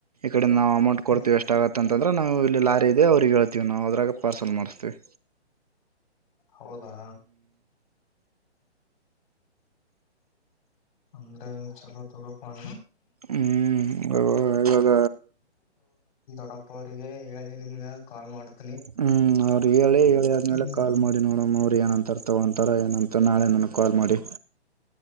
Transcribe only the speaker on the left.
ಹ್ಮ್
ಹೌದಾ ಅಂದ ಚಲೋ ತಗ ಪ
ಅಡಪ್ಪ ಅವ್ರರಿಗೆ ಹೇಳಿ ನಿಮ್ಗ ಕಾಲ್ ಮಾಡ್ತಾರೆ
ಹ್ಮ್